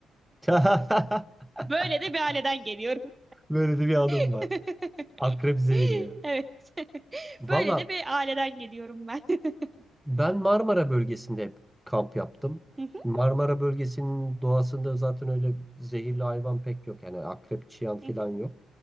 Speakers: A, in the centre; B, on the right.
A: <laughs>
B: <laughs> Böyle de bir aileden geliyorum.
A: Böyle de bir anım
B: <laughs>
A: var. Akrep zehirli.
B: Evet. <laughs>
A: Valla
B: Böyle de bir aileden geliyorum ben. <laughs>
A: Ben Marmara bölgesinde hep kamp yaptım.
B: Hı hı,
A: Marmara bölgesinin doğasında zaten öyle zehirli hayvan pek yok. Yani akrep, çıyan falan
B: hı hı.
A: yok.